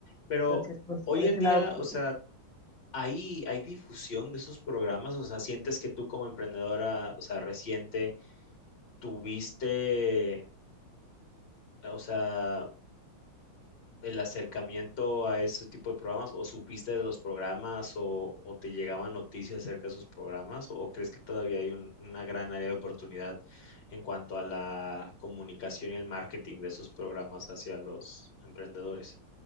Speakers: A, on the left; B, in the centre.
A: Pero
B: Entonces, pues
A: hoy
B: por ese
A: en día,
B: lado, pues
A: o sea,
B: sí.
A: ¿hay, hay difusión de esos programas? O sea, ¿sientes que tú como emprendedora, o sea, reciente, tuviste, o sea, el acercamiento a ese tipo de programas o supiste de los programas o, o te llegaban noticias acerca de esos programas o o crees que todavía hay un- una gran área de oportunidad en cuanto a la comunicación y el marketing de esos programas hacia los emprendedores?